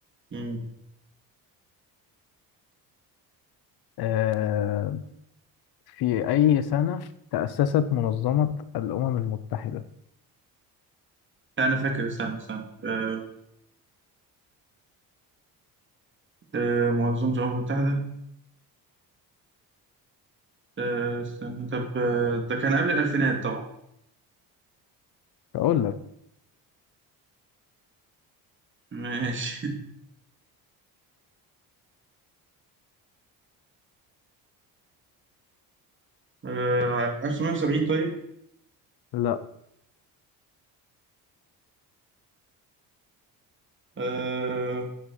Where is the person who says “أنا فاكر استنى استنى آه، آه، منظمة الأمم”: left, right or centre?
Right